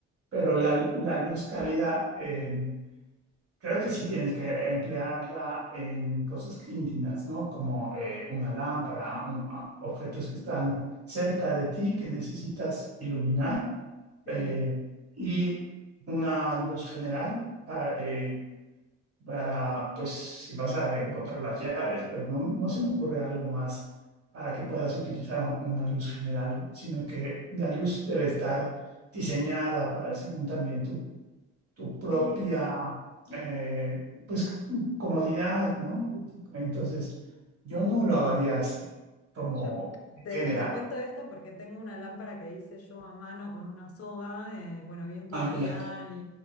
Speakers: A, on the right (about 50°); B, on the left (about 50°).
A: pero la, la luz cálida eh, Creo que sí tienes que emplearla en cosas íntimas, ¿no? Como eh, una lámpara, un- a- objetos que están cerca de ti que necesitas iluminar
B: sí,
A: eh, y una luz general pa- eh, para, pues, si vas a encontrar las llaves, pero no, no se me ocurre algo más para que puedas utilizar una luz general, sino que la luz debe estar diseñada para, según también tu propia,
B: sí.
A: eh, pues, comodidad, ¿no? Entonces, yo no lo haría así, como
B: Yo
A: en
B: te,
A: general.
B: te cuento esto porque tengo una lámpara que hice yo a mano con una soga. eh, bueno, vi un tutorial
A: Ah, mira,
B: y,